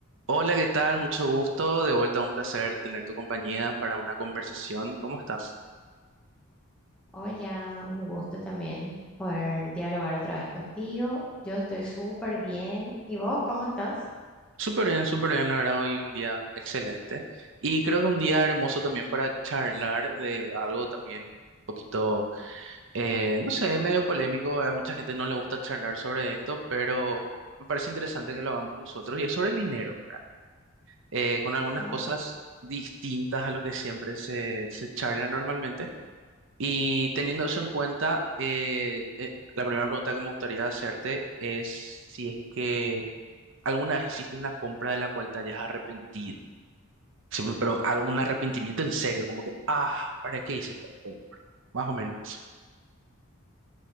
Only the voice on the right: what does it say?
Hola, ¿qué tal? Mucho gusto. De vuelta, un placer tener tu compañía para una conversación. ¿Cómo estás?
Súper bien, súper bien, la verdad, hoy un día excelente. Y creo que un día hermoso también para charlar de algo también un poquito, eh, no sé, medio polémico. A mucha gente no le gusta charlar sobre esto, pero me parece interesante que lo hagamos nosotros. Y es sobre el dinero, ¿verdad? Eh, con algunas
cosas
distintas a lo que siempre se, se charla normalmente. Y teniendo eso en cuenta, eh, eh, la primera pregunta que me gustaría hacerte es si es que alguna vez hiciste una compra de la cual te hayas arrepentido. Sí, pero pero algún arrepentimiento en serio, como que, ah, ¿para qué hice esta compra? Más o menos eso.